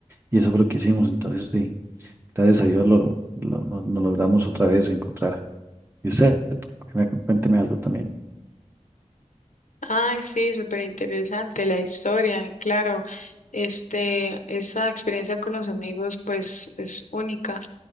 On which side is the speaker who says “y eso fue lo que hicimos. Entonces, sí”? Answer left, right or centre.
Right